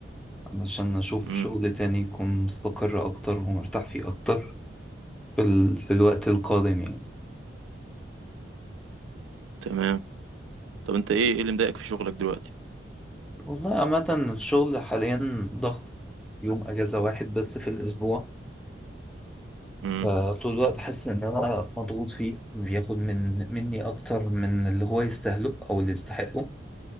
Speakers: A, in the centre; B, on the right.
A: علشان اشوف
B: امم
A: شغل تاني يكون مستقر اكتر ومرتاح فيه اكتر في, ال... في الوقت القادم يعني
B: تمام طب انت ايه ايه اللي مضايقك في شغلك دلوقتي
A: والله عامة الشغل حاليا ضغط يوم اجازة واحد بس في الاسبوع
B: امم
A: فطول الوقت حاسس ان انا مضغوط فيه بياخد من مني اكتر من اللي هو يستاهله او اللي يستحقه